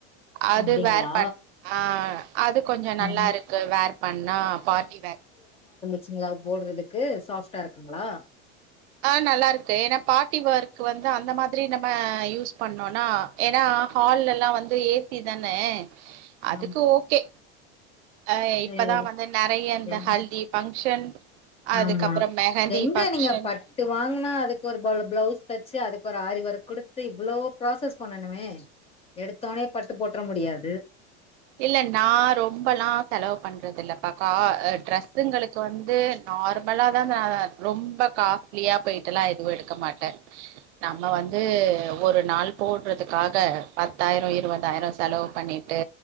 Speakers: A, on the right; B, on the left.
A: அது
B: அப்டிங்களா
A: வேர் பண் ஆ அது கொஞ்ச நல்லா
B: ம்
A: இருக்கு வேர் பண்ணா பார்டி வேர்
B: ச்சிங்கா போட்றதுக்கு சாஃப்ட்டா இருக்காங்களா
A: ஆ நல்லா இருக்கு ஏன்னா வேர்க்கு வந்தா அந்த மாதிரி நம்ம யூஸ் பண்ணோனா ஏன்னா ஹால் லெல்லா வந்து ஏ சி டீ தான அதுக்கு
B: ஆமா
A: ஓகே அ இப்பதா
B: சேரி
A: வந்து நெறைய இந்த
B: சேரி
A: ஹல்தி ஃபங்க்ஷன் அதுக்கப்புறம்
B: ஆமா
A: மெஹந்தி
B: எங்க
A: ஃபங்க்ஷன்
B: நீங்க பட்டு வாங்னா அதுக்கு ஒரு பளு பிளவு பூஸ் தச்சு அதுக்கு ஒரு ஆரி ஒர்க் குடுத்து இவ்ளோ ப்ராசஸ் பண்ணனுமே எடுத்தவொனே பட்டு போட்ற முடியாது
A: இல்ல நா ரொம்பல்லா செலவு பண்றதில்லப்பா கா ட்ரெஸ்சுங்ளுக்கு வந்து நார்மலாதா த ரொம்ப கா லியா போய்ட்டுலா எதுவு எடுக்க மாட் ல்ல நம்ம வந்து ஒரு நாள் போட்றதுக்காக பத்தாயிர இருவதாயிர செலவு பண்ணிட்டு